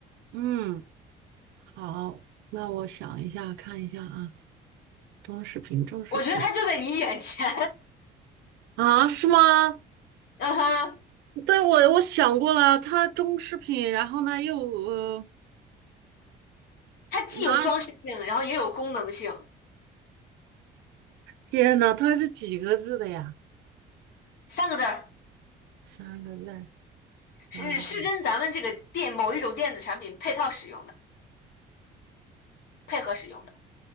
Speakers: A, on the right (about 80°); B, on the left (about 70°).
A: 嗯。好，那我想一下，看一下啊，装饰品，装饰品
B: 我觉得它就在你眼前，
A: 啊，是吗？
B: <laughs> 嗯哼，
A: 对，我我想过了，它装饰品，然后呢又呃，
B: 它既有装饰性，
A: 拿，
B: 然后也有功能性，
A: 天呐，它是几个字的呀？
B: 三个字儿
A: 三个字儿，
B: 是是跟咱们这个电某一种电子产品配套使用的，
A: 呃，
B: 配合使用的。